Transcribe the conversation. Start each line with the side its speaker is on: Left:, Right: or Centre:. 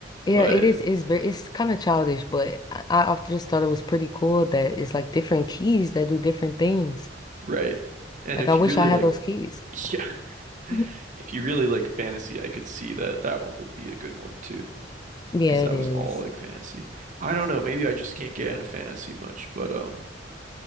Left: Yeah,
Right: but
Left: it is. It's very. It's kind of childish, but I, I often just thought it was pretty cool that it's like different keys that do different things.
Right: right. And
Left: Like
Right: if
Left: I wish
Right: you really
Left: I had
Right: like
Left: those keys.
Right: <laughs> Yeah.
Left: <laughs>
Right: If you really like fantasy, I could see that that one would be a good one too,
Left: Yeah,
Right: because that
Left: it is.
Right: was all like fantasy. I don't know, maybe I just can't get into fantasy much, but um,